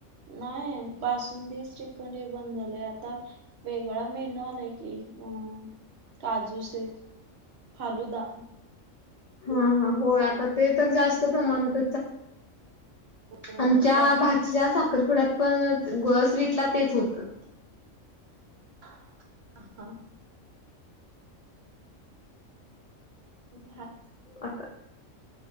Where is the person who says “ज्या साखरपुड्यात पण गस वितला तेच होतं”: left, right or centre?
Left